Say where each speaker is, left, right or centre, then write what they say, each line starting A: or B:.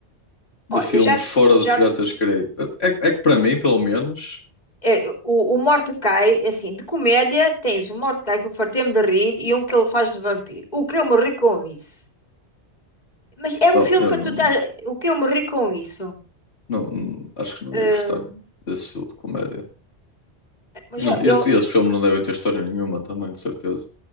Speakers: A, on the left (about 65°); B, on the left (about 35°).
A: de
B: olha,
A: filmes
B: eu já te,
A: fora
B: já
A: dos Piratas
B: te-
A: dos Caraíbas. É, é que para mim, pelo menos,
B: é, o, o Mordecai, é assim, de comédia tens o Mordecai que eu fartei-me de rir e um que ele faz de vampiro. O que eu morri com isso? Mas é um
A: oh,
B: filme
A: eu
B: para
A: não.
B: tu estar. O que eu morri com isso?
A: Não, não- acho que não
B: Eh,
A: ia gostar desse estilo de comédia.
B: mas
A: E não,
B: eu,
A: esse-
B: eu,
A: esses filmes não devem ter história nenhuma também, de certeza.